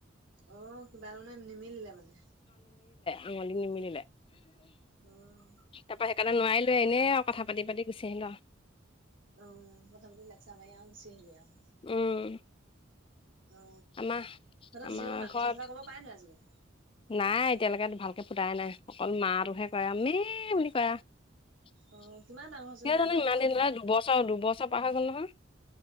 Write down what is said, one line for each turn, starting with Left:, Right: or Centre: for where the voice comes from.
Right: অ কিবা কতে নিমিলিলে মানে
Left: আঙলি নিমিলিলে
Right: উম
Left: তাৰপা সেইকাৰণে নোৱাৰাই লৈ এনেই কথা পাতি পাতি গুচি আহিলো আৱ
Right: অ কথা পাতি লেকচাৰ মাৰি গুচি আহিলি আৱ
Left: উম
Right: অ
Left: আমাৰ
Right: তহঁতৰ
Left: আমাৰ
Right: জীও মাক
Left: ঘৰত
Right: কথা চথা ক'ব পাৰে নো আজিকালি
Left: নাই এতিয়ালৈকে ভাল কে ফুটাই নাই অকল মাটোহে কয় আৱ মে বুলি কয় আৱ কিয়জানো
Right: অ কিমান ডাঙৰ হৈচোন তাইৰ বয়স
Left: ইমান
Right: কিমান
Left: দিন
Right: হ'ল
Left: হলে দুবছৰ দুবছৰ পাৰ হৈ গ'ল নহয়